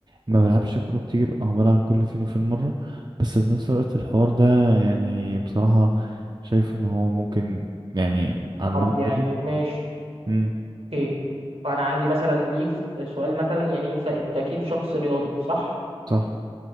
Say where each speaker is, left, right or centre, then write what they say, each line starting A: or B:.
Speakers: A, on the right (about 45°); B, on the right (about 80°).
A: ما بلعبش كورة كتير او بلعب كل فين وفين مرة بس في نفس الوقت الحوار ده يعني بصراحة شايف ان هو ممكن يعني على المدى
B: طب يعني
A: البعيد
B: ماشي
A: مم.
B: اوكي انا عندي مثلا ليك سؤال مثلا يعني انت انت اكيد شخص رياضي صح؟
A: صح